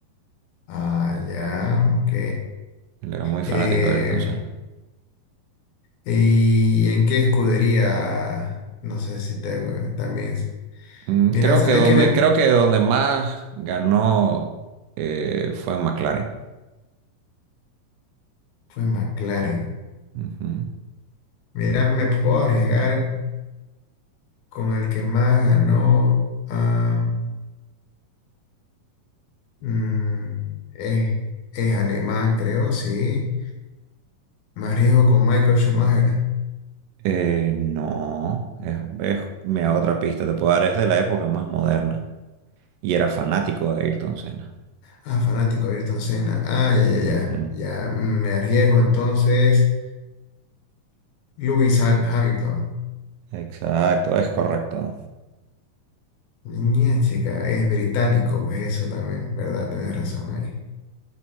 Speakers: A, on the left; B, on the right.
A: Ah, ya, ok.
B: Él era muy fanático
A: Eh,
B: de Ayrton Senna.
A: ¿Y en qué escudería? No sé si te, también.
B: Mm,
A: Mira,
B: creo
A: ¿sabes
B: que donde,
A: qué me
B: creo que donde más ganó eh, fue en McLaren.
A: fue McLaren?
B: Ujú.
A: Mira, me puedo arriesgar con el que más ganó. ah, mm, es, es alemán, creo, sí. Me arriesgo con Michael Schumacher.
B: Eh, no, es, es- mira, otra pista te puedo dar, es de la época más moderna. Y era fanático de Ayrton Senna.
A: Ah, fanático de Ayrton Senna. Ah, ya, ya, ya.
B: Ujú.
A: Ya, mm, me arriesgo entonces. Lewis Ham- Hamilton.
B: Exacto, es correcto.
A: Niña, chica, es británico, pues eso también, ¿verdad? Tienes razón ahí.